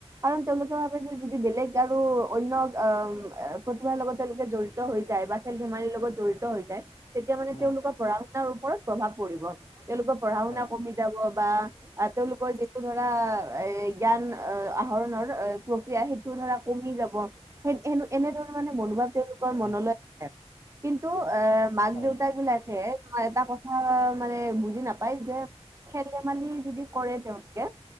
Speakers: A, on the right; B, on the left.
A: কাৰণ তেওঁলোকে ভাবে যে যদি বেলেগ আৰু অন্য আহ প্ৰতিভাৰ লগত তেওঁলোকে জডিত হৈ যায় বা খেল ধেমালিৰ লগত জড়িত হৈ যায়। তেতিয়া মানে
B: উম
A: তেওঁলোকৰ পঢ়া শুনাৰ ওপৰত প্ৰভাৱ পৰিব। তেওঁলোকৰ পঢ়া শুনা
B: হয়
A: কমি যাব বা তেওঁলোকৰ যিটো ধৰা এই জ্ঞান অহ আহৰণৰ প্ৰক্ৰিয়া সেইটো ধৰা কমি যাব। এ-এনো-এনেদৰে মানে মনোভাৱ তেওঁলোকৰ
B: উম
A: মনলৈ আহে। কিন্তু এ মাক
B: হয়
A: দেউতাবিলাকে এটা কথা মানে বুজি নাপায় যে খেল ধেমালি যদি কৰে তেওঁলোকে